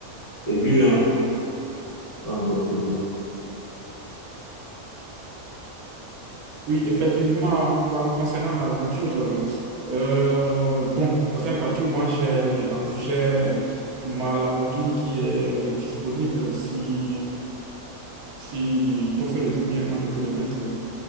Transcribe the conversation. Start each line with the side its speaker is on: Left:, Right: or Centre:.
Left: prévu, hein. Pas encore prévu.
Right: oui, effectivement, par- concernant la voiture, euh, euh, bon, concernant la voiture, moi, j'ai, en- j'ai ma Lamborghini qui est euh, disponible. Si, si ton frère le veut bien, moi, je peux le mettre. euh,